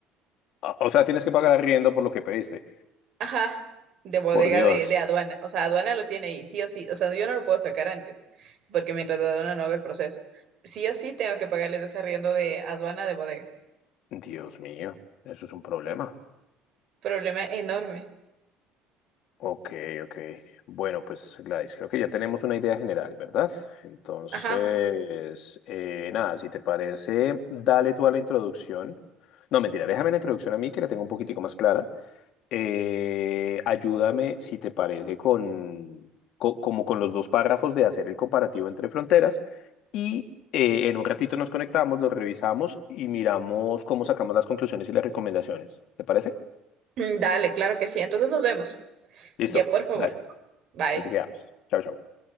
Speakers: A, on the left; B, on the right.
A: Ah, O sea, tienes que pagar arriendo por lo que pediste.
B: Ajá, de bodega
A: Por Dios.
B: de, de aduana. O sea, aduana lo tiene ahí, sí o sí. O sea, yo no lo puedo sacar antes, porque mientras aduana no haga el proceso. Sí o sí tengo que pagarles ese arriendo de aduana de bodega.
A: Dios mío, eso es un problema.
B: Problema enorme.
A: Ok, ok. Bueno, pues Gladys, creo que ya tenemos una idea general, ¿verdad? Entonces,
B: Ajá,
A: eh, nada, si te parece, dale tú a la introducción. No, mentira, déjame la introducción a mí, que la tengo un poquitico más clara. Eh, ayúdame, si te parece, con, co- como con los dos párrafos de hacer el comparativo entre fronteras y eh, en un ratito nos conectamos, lo revisamos y miramos cómo sacamos las conclusiones y las recomendaciones. ¿Te parece?
B: Mm, dale, claro que sí. Entonces nos vemos.
A: Listo,
B: Ya, por favor.
A: dale.
B: Bye.
A: Así que vamos. Chao, chao.